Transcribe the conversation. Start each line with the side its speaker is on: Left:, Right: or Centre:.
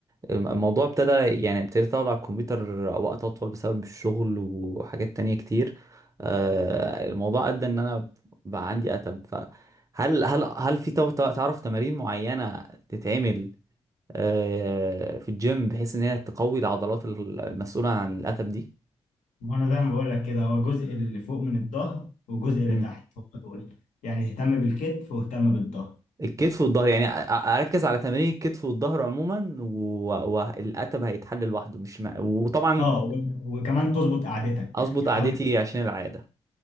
Right: الموضوع ابتدى يعني ابتديت اقعد على الكمبيوتر وقت اطول بسبب الشغل وحاجات تانية كتير آه، الموضوع ادى ان انا بقى عندي اتب فهل هل هل في تو- تو- تعرف تمارين معينة تتعمل آه، في الجيم بحيث ان هي تقوي العضلات ال- المسؤولة عن الاتب دي
Left: وانا زي ما بقول لك كده هو الجزء اللي فوق من الظهر والجزء
Right: مم.
Left: اللي تحت هو دول يعني اهتم بالكتف واهتم بالظهر
Right: الكتف والظهر يعني أ- أ- اركز على تمارين الكتف والظهر عموما والاتب هيتحل لوحده مش مع... وطبعا
Left: اه و- وكمان تظبط قعدتك
Right: اظبط
Left: يعني حاول
Right: قعدتي عشان العادة